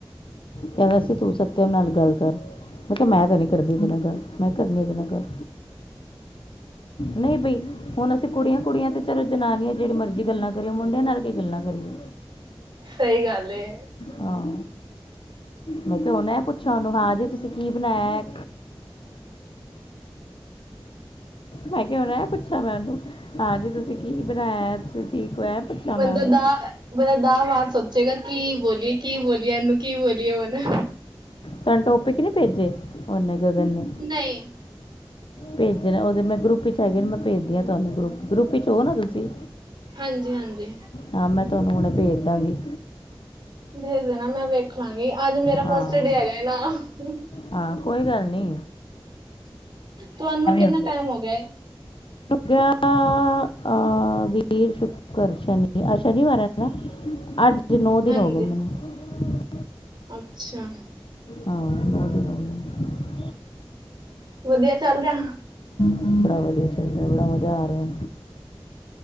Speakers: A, on the left; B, on the right.
A: ਕਹਿੰਦਾ ਸੀ ਤੂੰ ਸਤਿਅਮ ਨਾਲ ਗੱਲ ਕਰ, ਮੈਂ ਕਿਹਾ ਮੈਂ ਤਾਂ ਨਹੀਂ ਕਰਦੀ ਉਹਦੇ ਨਾਲ ਗੱਲ, ਮੈਂ ਕਰਨੀ ਉਹਦੇ ਨਾਲ ਗੱਲ। ਨਹੀਂ ਬਈ। ਹੁਣ ਅਸੀਂ ਕੁੜੀਆਂ-ਕੁੜੀਆਂ ਤੇ ਚਲੋ ਜਨਾਨੀਆਂ ਜਿਹੜੀ ਮਰਜ਼ੀ ਗੱਲਾਂ ਕਰੀਓ। ਮੁੰਡਿਆਂ ਨਾਲ ਕੀ ਗੱਲਾਂ ਕਰੀਏ।
B: ਸਹੀ ਗੱਲ ਏ।
A: ਹਾਂ ਮੈਂ ਕਿਹਾ ਹੁਨ ਇਹ ਪੁੱਛਾਂ ਉਹਨੂੰ, ਹਾਂ ਜੀ ਤੁਸੀਂ ਕੀ ਬਣਾਇਆ? ਮੈਂ ਕਿਹਾ ਹੁਨ ਇਹ ਪੁੱਛਿਆ ਮੈਂ ਉਹਨੂੰ। ਹਾਂਜੀ, ਤੁਸੀਂ ਕੀ ਬਣਾਇਆ, ਤੁਸੀਂ ਠੀਕ। ਹੋ ਐ ਪੁੱਛਾਂ
B: ਬੰਦਾ
A: ਮੈਂ ਉਹਨੂੰ
B: ਦ ਬੰਦਾ ਦਾ ਵਾਰ ਸੋਚੇਗਾ। ਕੀ ਬੋਲੀਏ, ਕੀ ਬੋਲੀਏ ਇਹਨੂੰ ਕੀ ਬੋਲੀਏ ਹੁਣ।
A: ਤੁਹਾਨੂੰ ਟੋਪਿਕ ਨੀ ਭੇਜੇ ਉਹਨੇ। ਗਗਨ ਨੇ।
B: ਨਹੀਂ
A: ਭੇਜਣਾ ਉਹਦੇ ਮੈਂ ਗਰੁੱਪ ਚ ਹੈਗੇ, ਮੈਂ ਭੇਜਦੀ ਹਾਂ ਤੁਹਾਨੂੰ ਗਰੁੱਪ ਗਰੁੱਪ ਚ ਹੋ ਨਾ ਤੁਸੀਂ।
B: ਹਾਂਜੀ ਹਾਂਜੀ
A: ਹਾਂ ਮੈਂ ਤੁਹਾਨੂੰ ਹੁਣੇ ਭੇਜ ਹਾ ਜੀ
B: ਭੇਜ ਦੇਣਾ, ਮੈਂ ਵੇਖ ਲਾਂਗੀ ਅੱਜ ਮੇਰਾ
A: ਹਾਂ
B: ਫਸਟ ਡੇ ਹੈਗਾ <unintelligible>
A: ਹਾਂ ਕੋਈ ਗੱਲ ਨੀ।
B: ਤੁਹਾਨੂੰ ਕਿਤਨਾ
A: ਹੁੰਦਾ
B: ਟਾਈਮ ਹੋ ਗਿਆ।
A: ਗਿਆ ਅਹ, ਵੀਰ ਸ਼ੁੱਕਰ ਸ਼ਨੀ ਆਜ ਸ਼ਨੀਵਾਰ ਹੈ ਨਾ ਆਜ ਅੱਜ ਨੌ ਦਿਨ
B: ਹਾਂਜੀ
A: ਹੋ ਗਏ ਮੈਨੂੰ।
B: ਅੱਛਾ
A: ਹਾਂ ਗ਼ਲਤ ਗੱਲ ਹੈ
B: ਵਧੀਆ ਚੱਲ ਰਿਹਾ
A: ਮੇਰਾ ਵਦੀਆ <unintelligible> ਬੜਾ ਮਜ਼ਾ ਆ ਰਿਹਾ